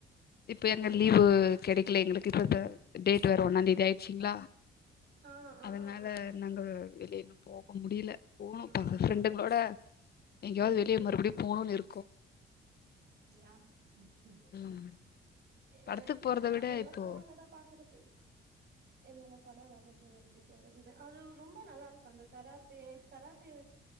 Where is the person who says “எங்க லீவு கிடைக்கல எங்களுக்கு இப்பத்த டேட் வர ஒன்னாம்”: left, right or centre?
Left